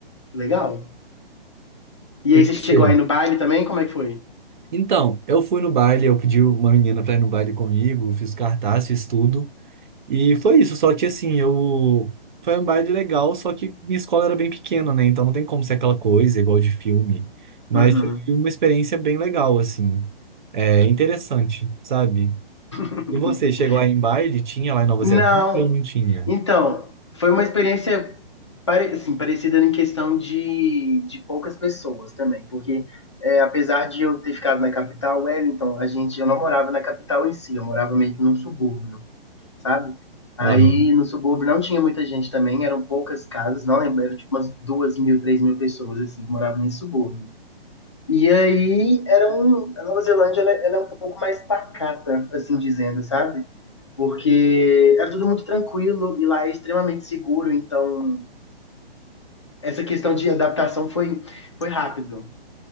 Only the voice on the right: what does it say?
E
você?
Então, eu fui no baile, eu pedi uma menina pra ir no baile comigo, fiz cartaz, fiz tudo. E foi isso, só que assim, eu. Foi um baile legal, só que minha escola era bem pequena, né? Então não tem como ser aquela coisa igual de filme. Mas
foi uma experiência bem legal, assim. É interessante, sabe?
E você, chegou aí em baile? Tinha lá em Nova
Zelândia ou não tinha?
Aham.